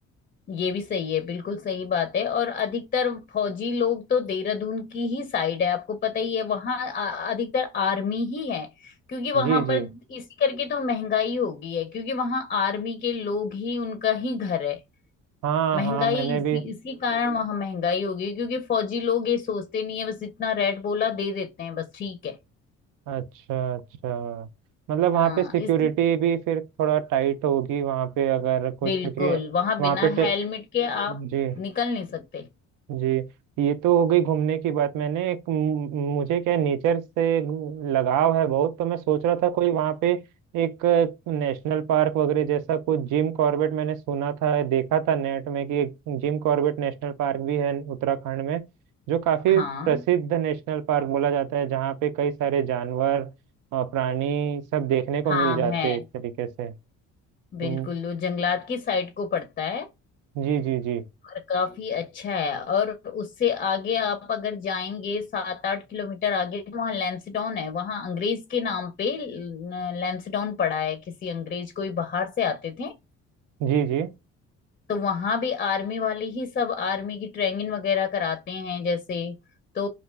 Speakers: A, on the left; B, on the right.
A: ये भी सही है बिल्कुल सही बात है और अधिकतर फौजी लोग तो देहरादून की ही साइड है आपको पता ही है वहाँ आ- अधिकतर आर्मी ही है क्योंकि वहां
B: जी जी
A: पर इसी करके तो महंगाई हो गई है क्योंकि वहां आर्मी के लोग ही उनका ही घर है
B: हाँ
A: महंगाई
B: हाँ मैंने
A: इसी
B: भी
A: इसी कारण वहां महंगाई हो गई क्योंकि फौजी लोग ये सोचते नहीं है बस इतना रेट बोला दे देते हैं बस ठीक है
B: अच्छा अच्छा मतलब वहाँ
A: हाँ
B: पे सिक्योरिटी
A: इस
B: भी फिर थोड़ा टाइट होगी वहाँ पे अगर कुछ
A: बिल्कुल
B: क्योंकि
A: वहां
B: वहाँ
A: बिना
B: पे
A: हेलमेट के आप
B: जी
A: निकल नहीं सकते
B: जी ये तो हो गई घूमने की बात मैंने एक मु- मुझे क्या नेचर से लगाव है बहुत तो मैं सोच रहा था कोई वहाँ पे एक नेशनल पार्क वगैरह जैसा कुछ जिम कॉर्बेट मैंने सुना था देखा था नेट में कि एक जिम कॉर्बेट नेशनल पार्क भी है उत्तराखंड में जो काफी
A: हाँ
B: प्रसिद्ध नेशनल पार्क बोला जाता है जहाँ पे कई सारे जानवर और प्राणी सब देखने को
A: हाँ
B: मिल जाते
A: है
B: हैं एक तरीके से तो
A: बिल्कुल वो जंगलात की साइड को पड़ता है
B: जी जी जी
A: और काफी अच्छा है और उससे आगे आप अगर जाएंगे सात आठ किलोमीटर आगे तो वहाँ लैंसडाउन है वहाँ अंग्रेज के नाम पे ल- लैंसडाउन पड़ा है किसी अंग्रेज कोई बाहर से आते थे
B: जी जी
A: तो वहां भी आर्मी वाले ही सब आर्मी की ट्रेनिंग वगैरह कराते हैं जैसे तो